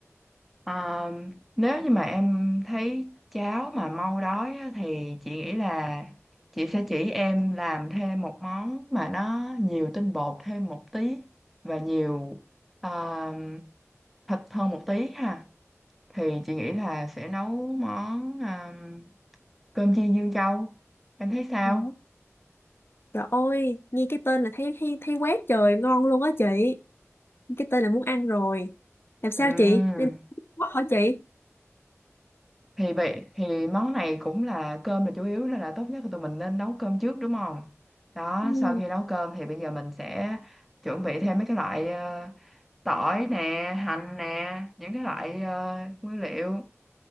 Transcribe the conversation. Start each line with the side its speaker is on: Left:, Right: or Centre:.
Centre: Ờ, nếu như mà em thấy cháo mà mau đói á, thì chị nghĩ là chị sẽ chỉ em làm thêm một món mà nó nhiều tinh bột thêm một tí và nhiều ờ, thịt hơn một tí ha thì chị nghĩ là sẽ nấu món ờ, cơm chiên Dương Châu em thấy sao
Left: Dạ. Trời ơi, nghe cái tên là thấy thấy thấy quét trời ngon luôn á chị. Cái tên là muốn ăn rồi. Làm sao
Centre: Ừm,
Left: chị? Đây là hỏi chị.
Centre: thì bị thì món này cũng là cơm là chủ yếu nên là tốt nhất là tụi mình nên nấu cơm trước đúng không? Đó,
Left: Ừ.
Centre: sau khi nấu cơm thì bây giờ mình sẽ chuẩn bị thêm mấy cái loại ờ, tỏi nè, hành nè, những cái loại ờ, nguyên liệu.